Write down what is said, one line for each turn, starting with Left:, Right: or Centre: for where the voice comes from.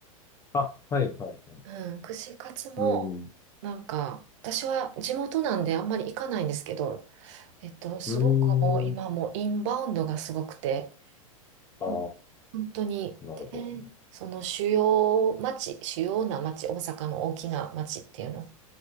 Left: あ、はいはいはい。
Right: うん、串カツも、
Left: うん。
Right: なんか、私は地元なんであんまり行かないんですけど、えっと、すごくもう今もうインバウンドがすごくて、
Left: うーん。ああ。
Right: あ本当に、
Left: なるほどね。
Right: でその主要町、主要な町、大阪の大きな町っていうの